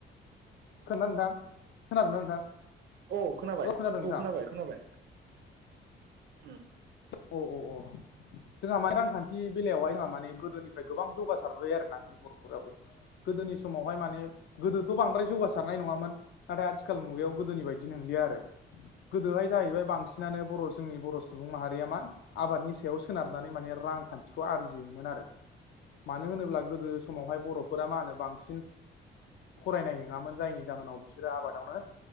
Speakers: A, on the left; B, on the right.
A: खोनादोंना नोंथां खोनादोंना नोंथां?
B: औ खोनाबाय
A: खोनादों नोंथां
B: औ खोनाबाय- खोनाबाय ओम
A: अ- अ -अ जोंहा मानि रांखान्थि बेलायावहाय जोंहा
B: औ
A: माने गोदोनिफ्राय गोबां जौगासारबाय आरोना बर'फोराबो गोदोनि समावहाय माने गोदोथ' बांद्राय जौगासारनाय नङामोन नाथाय आथिखाल मुगायाव गोदोनि बायदि नंलिया आरो। गोदोहाय जाहैबाय बांसि नानो
B: औ
A: बर' जोंनि बर' सुबुं माहारि आबादनि सायाव सोनारनानै माने रांखान्थिखौ आरजियोमोन आरो। मानो होनोब्ला गोदो समावहाय बर'फोरा मा होनो बांसिन फरायनाय नङामोन जायनि जाहोनाव बिसोरो आबादावनो